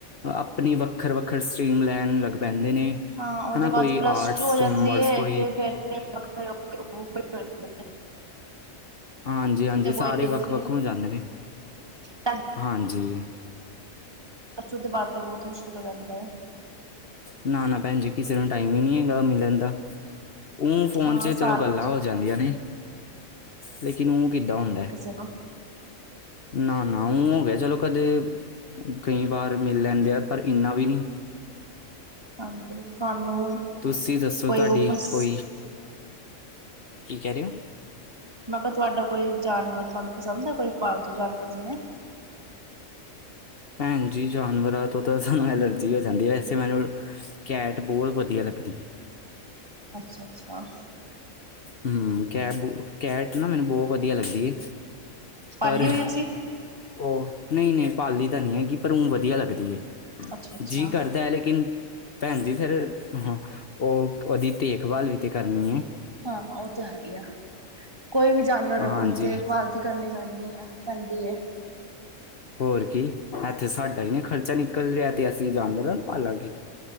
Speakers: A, on the left (about 50°); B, on the right (about 20°).
A: ਆਪਣੀ ਵੱਖਰ- ਵੱਖਰ ਟੀਮ ਲੈਣ ਲੱਗ ਪੈਂਦੇ ਨੇ।
B: ਹਾਂ, ਉਹਦੇ
A: ਹਨਾ
B: ਬਾਅਦ
A: ਕੋਈ
B: ਪਲੱਸ
A: ਆਰਟਸ
B: ਟੂ ਹੋ ਜਾਂਦੀ
A: ਕਾਮਰਸ
B: ਹੈ
A: ਕੋਈ
B: ਤੇ ਫੇਰ <unintelligible>
A: ਹਾਂਜੀ-ਹਾਂਜੀ
B: ਕੋਈ
A: ਸਾਰੇ ਵੱਖ-ਵੱਖ
B: ਜੈਸੇ
A: ਹੋ ਜਾਂਦੇ ਨੇ।
B: <unintelligible>
A: ਹਾਂਜੀ
B: ਤੇ ਬਹੁਤ ਮੁਸ਼ਕਿਲ ਹੋ ਜਾਂਦਾ ਹੈ।
A: ਨਾ -ਨਾ ਭੈਣ ਜੀ, ਕਿਸੇ ਨੂੰ ਟਾਈਮ ਹੀ ਨਹੀਂੀ ਹੈਗਾ ਮਿਲਣ ਦਾ। ਉਹਊ ਫੋਨ
B: ਹਾਂ
A: 'ਚ
B: ਸਾਰੇ
A: ਚਲੋ ਗੱਲਾਂ ਹੋ ਜਾਂਦੀਆਂ ਨੇ, ਲੇਕਿਨ ਉਹ ਕਿੱਦਾਂ ਹੁੰਦਾ।
B: ਜਨੋ।
A: ਨਾ- ਨਾ ਉਂ ਹੋ ਗਿਆ ਚਲੋ ਕਦੇ, ਕਈ ਵਾਰ ਮਿਲ ਲੈਂਦੇ ਆ, ਪਰ ਇੰਨਾ ਵੀ ਨਹੀਂ।
B: ਹਾਂਜੀ ਤੁਹਾਨੂੰ
A: ਤੁਸੀਂ ਦੱਸੋ
B: ਕੋਈ
A: ਤੁਹਾਡੀ,
B: ਉਹ ਪਸ
A: ਕੋਈ, ਕੀ ਕਹਿ ਰਹੇ ਹੋ?
B: ਮੈਂ ਕਿਹਾ ਤੁਹਾਡਾ ਕੋਈ ਜਾਨਵਰ ਤੁਹਾਨੂੰ ਪਸੰਦ ਹੈ ਕੋਈ, ਪਾਲਤੂ ਜਾਨਵਰ ਜਿਵੇਂ
A: ਭੈਣ ਜੀ ਜਾਨਵਰਾਂ ਤੋਂ ਤਾਂ ਸਾਨੂੰ ਐਲਰਜੀ ਹੋ ਜਾਂਦੀ ਹੈ, ਵੈਸੇ ਮੈਨੂੰ ਕੈਟ ਬਹੁਤ ਵਧੀਆ ਲੱਗਦੀ ਏ।
B: ਅੱਛਾ- ਅੱਛਾ।
A: ਹੂ, ਕੈ ਕੈਟ ਨਾ ਮੈਨੂੰ ਬਹੁਤ ਵਧੀਆ ਲੱਗਦੀ ਐ।
B: ਪਾਲੀ
A: ਪਰ,
B: ਹੋਈ ਤੁਸੀਂ
A: ਉਹ, ਨਹੀਂ- ਨਹੀਂ ਪਾਲੀ ਤਾਂ ਨਹੀਂ ਹੈਗੀ ਪਰ ਉਂ ਵਧੀਆ ਲੱਗਦੀ ਐ।
B: ਅੱਛਾ ਅੱਛਾ
A: ਜੀ ਕਰਦਾ ਹੈ ਲੇਕਿਨ ਭੈਣ ਜੀ ਫੇਰ, ਹਾਂ ਉਹ, ਉਹਦੀ ਦੇਖਭਾਲ ਵੀ ਤੇ ਕਰਨੀ ਹੈ।
B: ਹਾਂ, ਉਹ ਤਾਂ ਹੈ ਹੀ ਆ, ਕੋਈ ਵੀ ਜਾਨਵਰ ਰੱਖੋ
A: ਹਾਂਜੀ
B: ਦੇਖਭਾਲ ਕਰਨੀ ਪੈਂਨੀ ਆ, ਪੈਂਦੀ।
A: ਹੋਰ ਕੀ, ਇੱਥੇ ਸਾਡਾ ਹੀ ਨਹੀਂ ਖਰਚਾ ਨਿਕਲ ਰਿਹਾ ਤੇ ਅਸੀਂ ਜਾਨਵਰਾਂ ਨੂੰ ਪਾਲਾਂਗੇ।